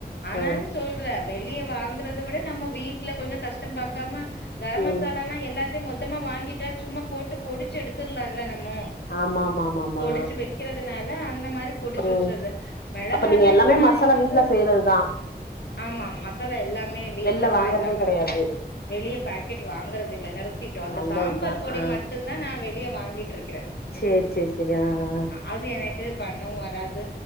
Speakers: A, on the left; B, on the left.
A: ஆனாலும்
B: அ
A: சொல்ற வெளிய வாங்கறத விட நம்ம வீட்டுல கொஞ்சம் கஷ்டம் பாக்காம கரம்
B: ம்
A: மசால்லலா எல்லாத்தையும் மொத் ட்டம்மா வாங்கிட்டா சும்மா போட்டு பொடுச்சு எடுத்துர்லா இல்ல நம் மு
B: ஆமா ஆமா ஆமா ஆமா
A: பொடுச்சு வெக்கிறதுனால் ல அந்த மாரி பொறுப்பு
B: ம்
A: வெச்சது மெளகாளா
B: அப்ப நீங்க எல்லாமே
A: இப்ப நாங்க
B: மசாலா
A: வந்து
B: வீட்ல செய்யறதுதா
A: ஆமா மசாலா எல்லாமே வீட்லதா
B: வெள்ல வாங்கறதே
A: இது அக்கறல்
B: கெடையாது
A: வெளிய பேக்கெட் வாங்குறது இல்ல நிருத்திட்டோ அந்த
B: நல்லதுதா
A: சாம்பார் பொடி
B: ஆ
A: மட்டுந்தா நா வெளி வெளிய வாங்கிட்ருக்
B: சேரி சேரி சேரி ஆ ஆ
A: அது எனக்கு பண்ணவு வர் ராது